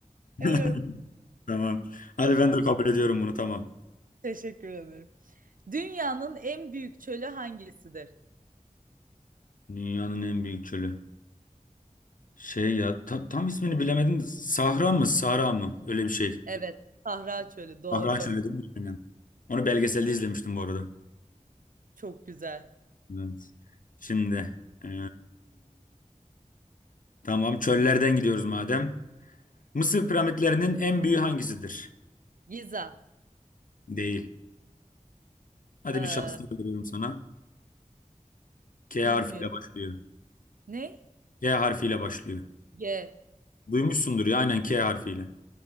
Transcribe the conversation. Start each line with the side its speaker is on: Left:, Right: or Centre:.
Left: <laughs>
Right: Evet.
Left: Tamam. Hadi
Right: Evet.
Left: ben de kabul ediyorum bunu, tamam.
Right: Teşekkür ederim. Dünyanın en büyük çölü hangisidir?
Left: Dünyanın en büyük çölü. Şey ya, ta- tam ismini bilemedim. Sahra mı, Sahra mı? Öyle bir şey.
Right: Evet, Sahra Çölü. Doğru.
Left: Sahra çölü değil mi? Aynen. Onu belgeselde izlemiştim bu arada.
Right: Çok güzel.
Left: Evet. Şimdi, eee, tamam çöllerden gidiyoruz madem. Mısır piramitlerinin en büyüğü hangisidir?
Right: Giza.
Left: Değil. Hadi
Right: Ee,
Left: bir şans daha veriyorum sana. K
Right: bilmiyorum.
Left: harfiyle başlıyor.
Right: Ne?
Left: K harfiyle başlıyor.
Right: G.
Left: Duymuşsundur ya aynen K harfiyle.